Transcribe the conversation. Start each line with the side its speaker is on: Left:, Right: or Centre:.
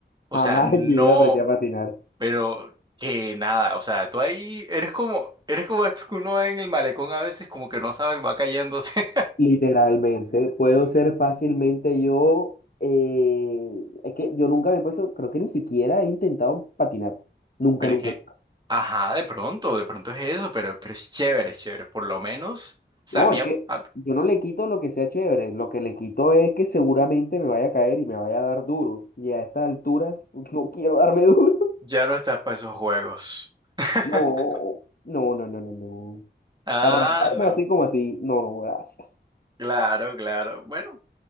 Right: O
Left: Jamás
Right: sea, no,
Left: en mi vida aprendí a patinar,
Right: pero que nada. O sea, tú ahí eres como, eres como esto que uno ve en el malecón a veces, como que no sabes, va cayéndose.
Left: literalmente. Puedo
Right: <laughs>
Left: ser fácilmente yo, eh, es que yo nunca me he puesto, creo que ni siquiera he intentado patinar. Nunca,
Right: Pero
Left: nunca.
Right: es que, ajá, de pronto, de pronto es eso, pero, pero es chévere, es chévere. Por lo menos, o sea,
Left: No,
Right: a mí
Left: es
Right: a-
Left: que
Right: a-
Left: yo no le quito lo que sea chévere, lo que le quito es que seguramente me vaya a caer y me vaya a dar duro. Y a estas alturas <laughs> no quiero darme duro. <laughs>
Right: ya no estás para esos juegos. <laughs>
Left: No, no, no, no, no, no.
Right: Ah,
Left: Para rasparme
Right: no.
Left: así como así, no, no, gracias.
Right: Claro, claro. Bueno,